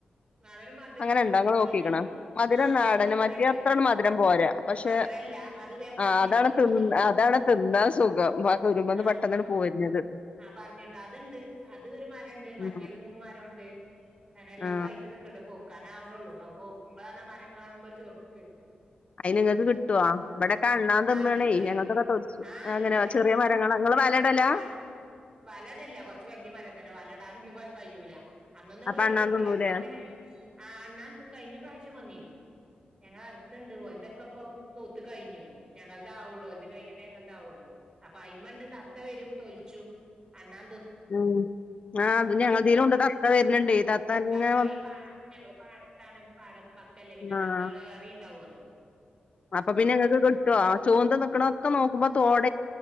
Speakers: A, on the right; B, on the left.
A: വളരെ മധുരം
B: അങ്ങനെ ണ്ടോ ഇങ്ങള് നോക്കിക്ക്ണോ
A: ഇത്
B: അധികം
A: ആഹ്
B: നാടനും
A: നല്ല മധുരണ്ട്
B: മറ്റേ അത്രണ്ട് മധുരം പോരാ പഷേ
A: മധുരല്ല അത് വേം
B: ആ
A: പറഞ്ഞിട്ട്
B: അതാണ്
A: കിട്ടുന്നുള്ളൂ
B: തി അതാണ് തിന്നാ സുഖം മ്മള്ത്
A: ആഹ്
B: പെട്ടെന്നാണ്
A: അസുഖം
B: പോയിരുന്നത്
A: ആഹ് പറഞ്ട്ടോ അത്ണ്ട് അത് ഒരു മരംണ്ട് മറ്റേത്
B: ഉം
A: മൂന്ന് മരംഒണ്ട് അങ്ങനെ എല്ലാം
B: ആ
A: കഴ്‌ ച്ച് നിക്ക്ണ്ട് പോക്കാനാവ്ണൊള്ളൂ പോക്കുമ്പഴാണ് ആ മരം കാണുമ്പോൾ ഒരു ചെറുക്ക്
B: അയിന് ഇങ്ങക്ക് കിട്ടുവോ ഇബടത്തെ അണ്ണാൻ തിന്ന്
A: ആഹ് കിട്ടുവേ
B: ആണേ ഞങ്ങൾദ്ക്കെ ത്
A: ആഹ്
B: അങ്ങനെ
A: ഇവിടെ
B: ചെറിയ
A: ഞങ്ങളെ
B: മരങ്ങള ഇങ്ങള് വലഇടലാ
A: ആ വലടല്ല കുറച്ച് വല്യ മരം തന്നെ വലയിടാനൊന്നും കയ്യൂല അന്നൊന്നും
B: അപ്പൊ
A: വെട്ടിക്കൊടുത്തില്ല
B: അണ്ണാൻ തിന്നൂലേ
A: പ്പ ഇങ്ങനെ ആ അണ്ണാൻ കഴിഞ്ഞ പ്രാവശ്യം വന്നീനു ഞങ്ങ അടുത്ത്ണ്ട് ഒലതൊക്കെ ഇപ്പ പൂത്തു കഴിഞ്ഞു ഞങ്ങളത് ആവ്ള്ളൂ ഒലത് കഴിഞ്ഞിട്ടേ ഞങ്ങൽതാവൊള്ളു അപ്പൊ അയിമ്മേണ്ട് തത്ത വരും തൊലിച്ചും അണ്ണാ
B: ഉം ആത് ഞങ്ങതീലും ഉണ്ട് തത്ത വര്ണ്ണ്ടെ തത്തന്നെ
A: ത്ത ഈ പാ ഞങ്ങള് പാടത്താണ് പാടം വക്കല്ലേ പിന്നെ
B: ആ
A: തത്തകൾ ഏറെണ്ടാവല്ലോ
B: അപ്പൊ പിന്നെ ങ്ങക്ക് കിട്ട്വൊ ആ ചൂന്ത് നിക്കണഒക്കെ നോക്കുമ്പോ തോട